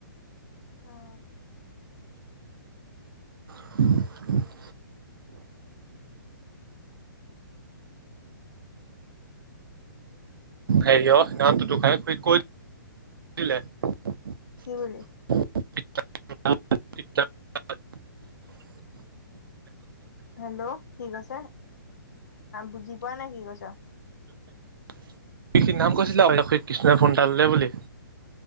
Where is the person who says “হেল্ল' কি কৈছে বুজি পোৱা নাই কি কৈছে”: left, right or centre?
Left